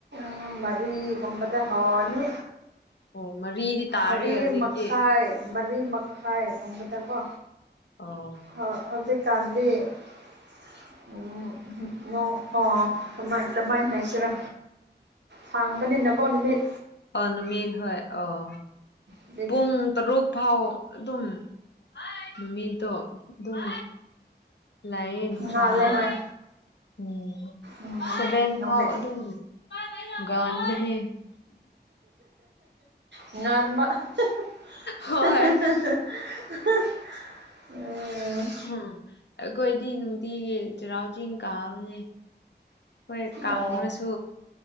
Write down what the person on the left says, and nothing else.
ꯑꯣ ꯃꯔꯤꯗꯤ ꯇꯥꯔꯦ
ꯍꯧꯖꯤꯛꯇꯤ
ꯑꯧ
ꯑꯣ ꯅꯨꯃꯤꯠ ꯍꯣꯏ ꯑꯣ
ꯄꯨꯡ ꯇꯔꯨꯛ ꯐꯥꯎ ꯑꯗꯨꯝ <unintelligible> ꯅꯨꯃꯤꯠꯇꯣ ꯑꯗꯨꯝ ꯂꯩꯌꯦ ꯅꯨꯡꯁꯥꯗꯣ
ꯎꯝ
ꯁꯚꯦꯟ
ꯐꯥꯎ ꯑꯗꯨꯝ <unintelligible> ꯒꯥꯟꯕꯅꯦ
ꯍꯣꯏ ꯑꯍꯝ ꯑꯈꯣꯏꯗꯤ ꯅꯨꯡꯇꯤꯒꯤ ꯆꯩꯔꯥꯎ ꯆꯤꯡ ꯀꯥꯕꯅꯦ ꯍꯣꯏ ꯀꯥꯡꯔꯁꯨ